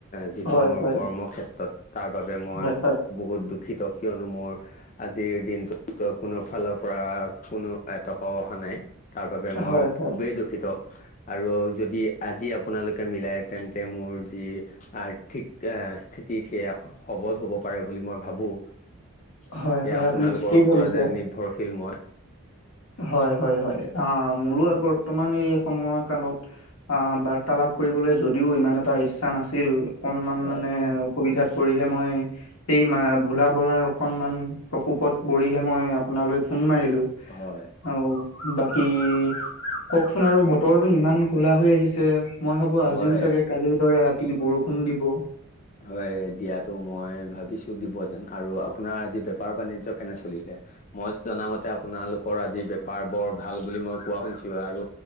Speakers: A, on the left (about 35°); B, on the left (about 85°).
A: যিটো
B: হয়
A: মোৰ
B: হয়
A: কৰ্ম ক্ষেত্ৰত তাৰ বাবে মই
B: হয়
A: বহুত দুখিত কিয়নো মোৰ। আজিৰ দিনটো ত কোনো ফালৰ পৰা কোনো এটকাও। অহা নাই তাৰ বাবে
B: হয়
A: মই
B: হয় হয়
A: খুবেই দুখিত। আৰু যদি আজি আপোনালোকে মিলাই তেন্তে মোৰ যি। আৰ্থিক আহ স্থিতি সেয়া হ সবল হ'ব পাৰে বুলি মই ভাবো।
B: হয়
A: সেয়া
B: হয়
A: আপোনালোকৰ
B: আপুনি ঠিকেই
A: ওপৰতে
B: ভাবিছে
A: নিৰ্ভৰশীল মই।
B: হয় হয় হয় অ মোৰো আবৰ। ৰ্তমান এই সময় কালত আহ বাৰ্তালাপ কৰিবলৈ যদিও ইমান এটা ইচ্ছা নাছিল। অকনমান
A: হয়
B: মানে অসুবিধাত পৰিহে মই। এই মা ভোলা বৰাৰ অকনমান প্ৰকোপত পৰিহে মই আপোনালৈ ফোন মাৰিলো।
A: হয়।
B: আউ বাকী কওকচোন আৰু বতৰটো ইমান ক'লা হৈ আহিছে। মই ভাবো আজিও
A: হয়
B: চাগে কালিৰ দৰে ৰাতি বৰষুণ দিব।
A: হয় দিয়াতো মই ভাবিছো দিব যেন আৰু আপোনাৰ আজি বেপাৰ বাণিজ্য কেনে চলিলে। মই জনামতে আপোনালোকৰ আজি বেপাৰ বৰ ভাল বুলি মই কোৱা শুনছো আৰু।